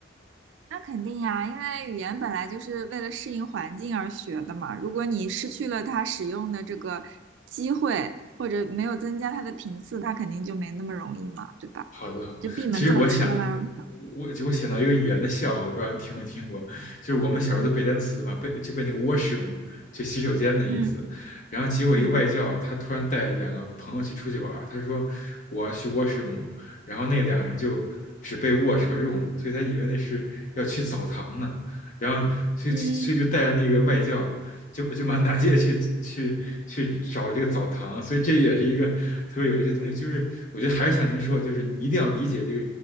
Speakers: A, on the right (about 70°); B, on the left (about 40°).
A: 那肯定呀，因为语言本来就是为了适应环境而学的嘛。如果你失去了它使用的这个机会，或者没有增加它的频次，它肯定就没那么容易嘛，对吧？
B: 好的，好的其实我想，
A: 就闭门造车啦。
B: 我我想到一个语言的笑话，我不知道你听没听过，就是我们小时候都背单词嘛，
A: 嗯
B: 背就背那个 washroom，就洗手间的意思。
A: 嗯
B: 然后结果一个外教，
A: 嗯。
B: 他突然带两个朋友去出去玩儿他说我要去 washroom，然后那两个人就只背 wash 和 room，所以他以为那是要去澡堂呢，然后所以所以就带着那个外教。
A: 嗯，
B: 就就满大街去去去找这个澡堂，所以这也是一个特别有一些东西，就是我觉得还是像您说，的，就是你一定要理解这个